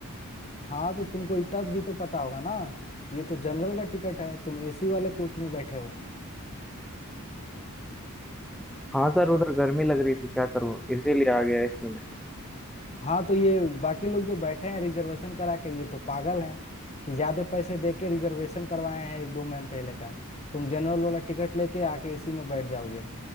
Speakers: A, on the left; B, in the centre.
A: हाँ तो तुमको इतना भी तो पता होगा ना ये तो जनरल का टिकट है तुम एसी वाले कोच में बैठे हो
B: हाँ सर उधर गर्मी लग रही थी क्या करूँ इसीलिए आ गया इसी में
A: हाँ तो ये बाकी लोग जो बैठे हैं रिजर्वेशन करा के ये तो पागल हैं कि ज्यादा पैसे दे के रिजर्वेशन करवाए हैं एक दो महीने पहले का तुम जनरल वाला टिकट लेके आके एसी में बैठ जाओगे